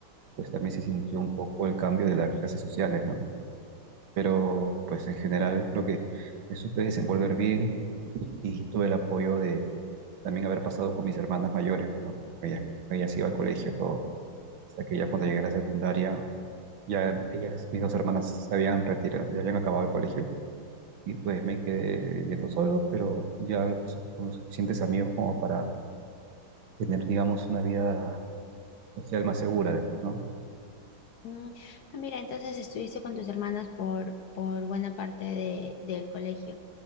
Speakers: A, on the right; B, on the left.
A: pues también se sintió un poco el cambio de las clases sociales, ¿no? Pero pues en general creo que me supe desenvolver bien y tuve el apoyo de también haber pasado con mis hermanas mayores, pues, ¿no? Ellas, ellas iban al colegio, todo. Hasta que ya cuando llegué a la secundaria Ya ellas, mis dos hermanas, se habían retirado, ya habían acabado el colegio y pues me quedé yendo solo, pero ya los- con los suficientes amigos como para tener, digamos, una vida social más segura, ¿no?
B: Mm, ah, mira, entonces estuviste con tus hermanas por, por buena parte de- del colegio.